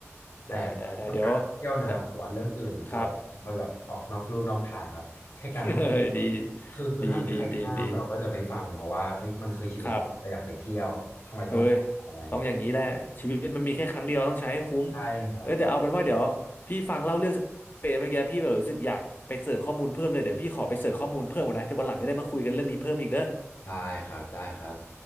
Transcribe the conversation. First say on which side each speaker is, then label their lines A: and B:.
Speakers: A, on the left; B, on the left.
A: แต่เกี่ยวกับการท่องเที่ยวนะครับแต่ว่าเรื่องอื่นเราไม่ค่อยแบบออกนอกลู่นอกทางครับแค่การท่องเที่ยวครับคือคือถ้ามีใครห้ามเราก็จะไม่ฟังเพราะว่าเฮ้ยมันคือชีวิตเราเราอยากไปเที่ยวทำไมต้องห้ามเราอะไรอย่างเงี้ยครับ
B: ได้ได้ได้เดี๋ยวแต่ครับ <laughs> ดีดีดีดีดีครับ เอ้ยต้องอย่างนี้แหละชีวิตมันมีแค่ครั้งเดียวต้องใช้ให้คุ้ม
A: ใช่ครับ
B: เอ้ยแต่เอาเป็นว่าเดี๋ยวพี่ฟังเล่าเรื่องสเปนเมื่อกี้พี่แบบรู้สึกอยากไปเสิร์ชข้อมูลเพิ่มเลยเดี๋ยวพี่ขอไปเสิร์ชข้อมูลเพิ่มก่อนนะจะวันหลังจะได้มาคุยกันเรื่องนี้เพิ่มอีกเด้อ
A: ได้ครับได้ครับ